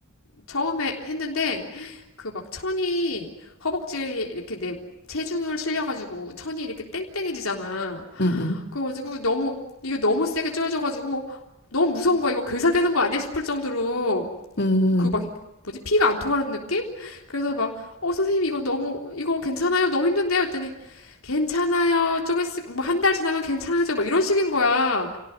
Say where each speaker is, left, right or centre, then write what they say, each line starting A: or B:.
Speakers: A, on the left (about 85°); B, on the left (about 55°).
A: 처음에 했는데, 그 막 천이 허벅지 이렇게 내 체중을 실려가지고 천이 이렇게 땡땡해지잖아.
B: 응, 응.
A: 그래가지고 너무 이게 너무 세게 쪼여져가지고 너무 무서운 거야. 이거 괴사되는 거 아니야 싶을 정도로
B: 음,
A: 그
B: 음.
A: 막 뭐지 피가 안 통하는 느낌? 그래서 막 어 선생님 이거 너무 이거 괜찮아요? 너무 힘든데요? 했더니 괜찮아요. 좀 있으 뭐한 달 지나면 괜찮아져. 막 이런 식인 거야.